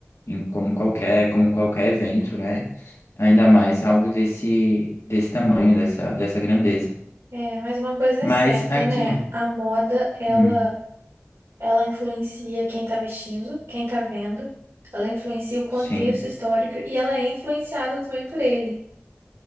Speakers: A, on the left; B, on the right.
A: em como qualquer, como qualquer evento, né? Ainda mais algo desse desse tamanho, dessa dessa grandeza.
B: É, mas uma coisa é
A: Mas
B: certa,
A: aqui,
B: né? A moda, ela
A: hum,
B: Ela influencia quem está vestindo, quem está vendo. Ela influencia o contexto
A: sim.
B: histórico e ela é influenciada também por ele.